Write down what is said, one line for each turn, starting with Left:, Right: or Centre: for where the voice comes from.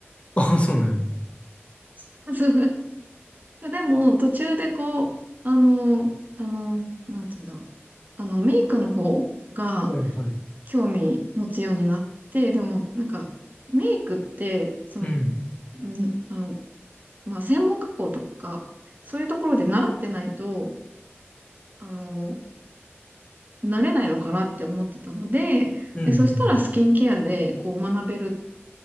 Left: ああ、そうなんや。
Right: <laughs> そうでも、途中でこう、あのーあのーなんて言うんだろう。あの、メイクの方が
Left: はいはい。
Right: 興味持つようになって、でも、なんか、メイクって、その、
Left: うん。
Right: んあの、まあ、専門学校とか、そういうところで習ってないと、あのー慣れないのかなって思ってたので、
Left: うんうん。
Right: で、そしたらスキンケアでこう学べる